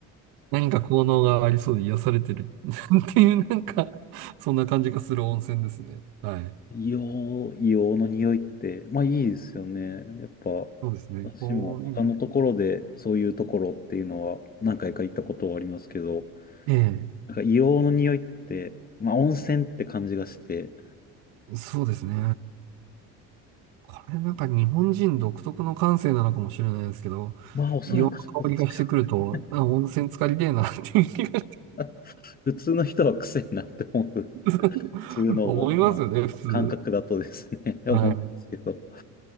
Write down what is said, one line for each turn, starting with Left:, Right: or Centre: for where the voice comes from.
Right: 何か効能がありそうで癒されてる <laughs> っていう、なんか、そんな感じがする温泉ですね。はい。
Left: 硫黄、硫黄の匂いって、まあいいですよね。やっぱ、
Right: そうですね。
Left: 私も他のところでそういうところっていうのは何回か行ったことはありますけど、
Right: こう、うんえ
Left: なんか硫黄の匂いって、まあ温泉って感じがして、
Right: え、そうですね。これなんか日本人独特の感性なのかもしれないですけど、
Left: まあおそらくそうです
Right: 硫黄の香りがしてくると、
Left: よ。ね
Right: あ、温泉浸かりでえなっていう気がして
Left: <laughs> 普通の人は癖になって思う。
Right: <laughs>
Left: 普通のを、
Right: 思いますよね、
Left: まあ、
Right: 普通。
Left: 感覚だとですね、<laughs> 思うんですけど、
Right: は